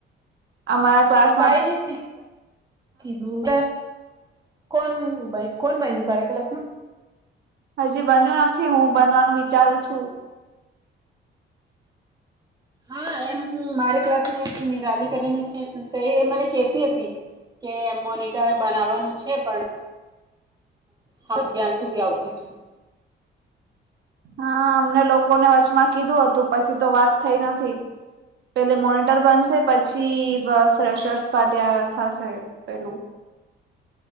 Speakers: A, on the right (about 65°); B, on the right (about 20°).
A: અમારા ક્લાસ-
B: કઈ નથી દર- કોણ કોણ બાઈની તાર ક્લાસમાં
A: હજી બન્યું નથી હું બનવાનું વિચારું છું.
B: હા એમ મારી ક્લાસ નીરાલી કરીને છે. તો એ મને કેતી હતી. કે એ મોનિટર બનાવાનું છે. પણ હા જ્યાં સુધી આવતી છું.
A: હા અમને લોકોને વચમાં કીધું હતું પછી તો વાત થઈ નથી. પેલે મોનિટર બનશે પછી બ ફ્રેશર્સ પાટી થશે પેલું.